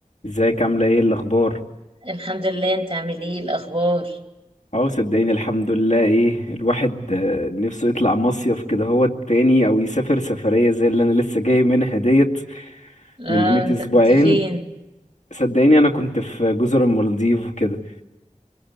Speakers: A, on the left; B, on the right.
A: ازيك عاملة ايه الأخبار؟
B: الحمد لله انت عامل ايه الاخبار
A: اه صدقيني الحمد لله ايه الواحد آه، نفسه يطلع مصيف كده هو التاني أو يسافر سفرية زي اللي أنا لسه جاي منها ديت
B: اه
A: من قيمة
B: انت
A: أسبوعين
B: كنت فين
A: صدقيني أنا كنت في جزر المالديف وكده